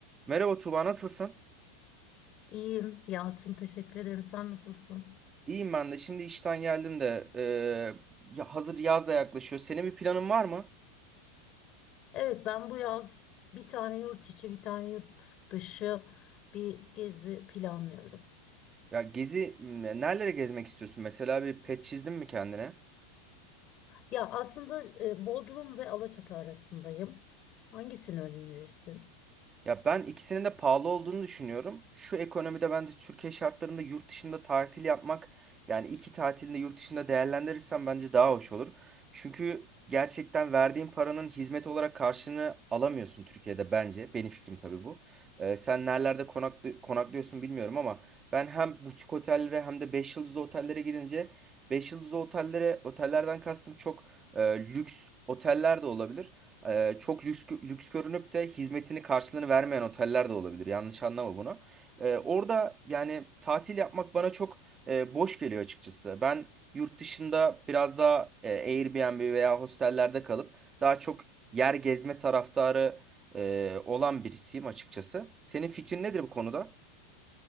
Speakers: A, on the right; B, on the left.
A: Merhaba Tuba, nasılsın?
B: İyiyim Yalçın teşekkür ederim. Sen nasılsın?
A: İyiyim ben de. Şimdi işten geldim de eee, ya hazır yaz da yaklaşıyor. Senin bir planın var mı?
B: Evet ben bu yaz bir tane yurt içi bir tane yurt dışı bir gezi planlıyorum.
A: Ya gezi m, nerelere gezmek istiyorsun? Mesela bir pet çizdin mi kendine?
B: Ya aslında e, Bodrum ve Alaçatı arasındayım. Hangisini önerirsin?
A: Ya ben ikisinin de pahalı olduğunu düşünüyorum. Şu ekonomide ben de Türkiye şartlarında yurt dışında tatil yapmak yani iki tatilini yurt dışında değerlendirirsem bence daha hoş olur. Çünkü gerçekten verdiğin paranın hizmet olarak karşılığını alamıyorsun Türkiye'de bence. Benim fikrim tabii bu. Ee, sen nerelerde konaklı, konaklıyorsun bilmiyorum ama ben hem butik otellere hem de 5 yıldızlı otellere gidince 5 yıldızlı otellere otellerden kastım çok e, lüks oteller de olabilir. Ee, çok lüks, lüks görünüp de hizmetini karşılığını vermeyen oteller de olabilir. Yanlış anlama bunu. Ee, orada yani tatil yapmak bana çok e, boş geliyor açıkçası. Ben yurt dışında biraz daha e, Airbnb veya hostellerde kalıp daha çok yer gezme taraftarı e, olan birisiyim açıkçası. Senin fikrin nedir bu konuda?